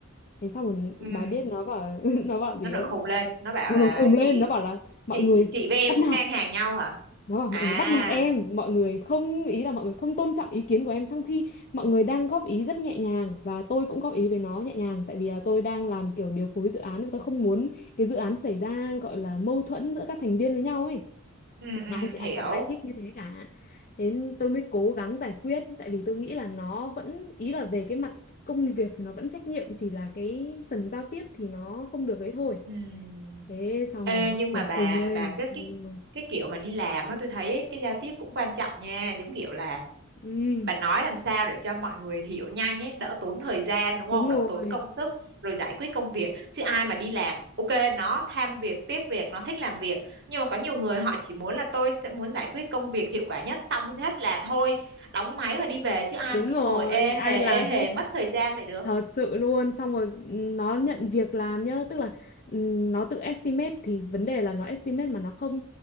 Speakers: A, on the left; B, on the right.
A: thế xong rồi
B: ừ
A: bà biết nó bảo <laughs> nó bảo gì
B: nó nổi
A: không
B: khùng lên nó bảo
A: nó
B: là
A: nổi khùng lên
B: chị
A: nó bảo là mọi
B: chị
A: người
B: chị với em
A: bắt nạt
B: cũng ngang hàng nhau hả
A: nó bảo mọi
B: à
A: người bắt nạt em mọi người không ý là mọi người không tôn trọng ý kiến của em trong khi mọi người đang góp ý rất nhẹ nhàng và tôi cũng góp ý với nó nhẹ nhàng tại vì là tôi đang làm kiểu điều phối dự án và tôi không muốn cái dự án xảy ra gọi là mâu thuẫn giữa các thành viên với nhau ấy
B: ừ
A: chẳng
B: ừ
A: ai thì- à,
B: hiểu
A: chẳng ai thích như thế cả thế tôi mới cố gắng giải quyết tại vì tôi nghĩ là nó vẫn ý là về cái mặt công việc thì nó vẫn trách nhiệm chỉ là cái phần giao tiếp thì nó không được ấy thôi
B: Ừm.
A: thế xong
B: Ê,
A: rồi nó
B: nhưng
A: nổi
B: mà bà
A: khùng lên
B: bà cái cái
A: Ôi,
B: cái kiểu mà đi làm á tôi thấy cái giao tiếp cũng quan trọng nha giống kiểu là
A: ừ,
B: bà nói làm sao để cho mọi người hiểu nhanh ấy đỡ tốn thời gian đúng
A: đúng
B: không
A: rồi
B: đỡ tốn công sức rồi giải quyết công việc chứ ai mà đi làm ok nó tham việc tiếp việc nó thích làm việc nhưng mà có nhiều người họ chỉ muốn là tôi sẽ muốn giải quyết công việc hiệu quả nhất xong hết là thôi đóng máy và đi về chứ ai
A: đúng
B: mà cứ
A: rồi
B: ngồi ê
A: ai
B: hề
A: làm
B: ê
A: hết
B: hề mất thời gian vậy được
A: Thật sự luôn, xong rồi nó nhận việc làm nhá, tức là ừm, nó tự estimate thì vấn đề là nó estimate mà nó không